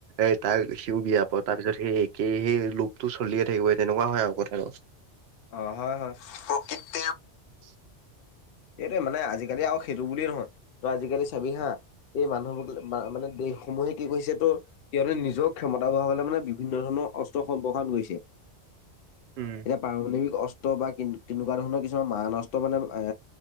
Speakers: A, on the right (about 65°); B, on the left (about 60°).
A: এ তাক সিও বিয়া প তাৰ পিছত সেই একেই সেই লোপটো চলিয়ে থাকিব তেনেকুৱা হয় আৰু কথাটো।
B: অ হয় হয় প্ৰকৃৃতৰ
A: <unintelligible>
B: সেইটোৱে মানে আজিকালি আৰু সেইটো বুলিয়ে নহয় ত আজিকালি চাবি হা এই মানুহবোৰাক মানে এই সমূহে কি কৰিৈছে তো তেওঁহ নিজৰ ক্ষমতা বঢ়াবলে মানে বিভিন্ন ধৰণৰ অস্ত্ৰ সম্প্ৰসাৰণ কৰিছে
A: উম
B: এতিয়া প্ৰাৰম্ণৱিক অস্ত্ৰ বা তেনেকুৱা ধৰণৰ কিছুমান মান অস্ত্ৰ মানে এ